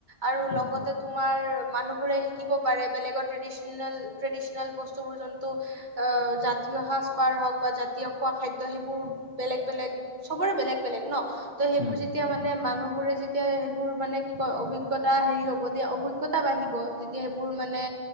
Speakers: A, on the right; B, on the left.
A: আৰু
B: উম
A: লগতে তোমাৰ মানুহো শিকিব পাৰে বেলেগৰ ট্ৰেদিশ নেল ট্ৰেডিচনেল বস্তুবোৰ য টো আ জাতীয় সাজপাৰ হওঁক বা জাতীয় খোৱা খাদ্য সেইবোৰ বেলেগ বেলেগ চবৰে বেলেগ বেলেগ ন। ত' সেইবোৰ
B: উম উম
A: যেতিয়া
B: উম।
A: মানে মানুহবোৰে যেতিয়া সেইবোৰ মানে কি কয় অভিজ্ঞতা হেৰি হব তেতিয়া অভি জ্ঞতা বাঢ়িব যেতিয়া সেইবোৰ মানে